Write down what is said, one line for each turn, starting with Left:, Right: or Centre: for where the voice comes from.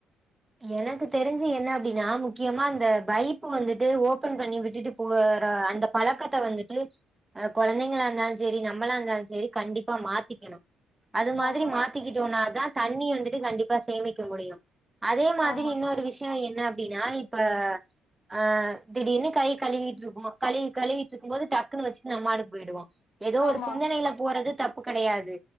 Right: எனக்கு தெரிஞ்சு என்ன அப்டின்னா முக்கியமா அந்த பைப்பு வந்துட்டு ஓபன் பண்ணி விட்டுட்டு போற அந்த பழக்கத்த வந்துட்டு அ குழந்தைங்களா இருந்தாலு சரி நம்பளா இருந்தாலு சரி கண்டிப் மாத்திக்கணு அது மாரி
Left: ஆமா
Right: மாத்திக்கிட்டோனா தா தண்ணி வந்துட்டு கண்டிப்பா சேமிக்க முடியும் அதே மாரி
Left: ஆமா
Right: இன்னொரு விஷயம் என்ன அப்பிடின்னா இப்ப ஆ திடீர்னு கை கழுவிட்டு இருக்கோ கழவி கழுவிட்ற்று இருக்கு போது டக்குனு வச்சு நம்மாடுக் போயிடுவாம் எதோ
Left: ஆமா
Right: ஒரு சிந்தனையில போறது தப்பு கெடையாது